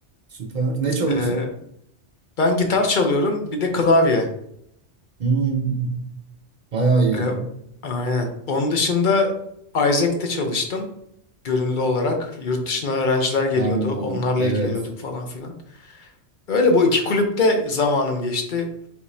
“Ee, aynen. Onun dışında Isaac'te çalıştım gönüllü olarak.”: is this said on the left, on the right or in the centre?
Left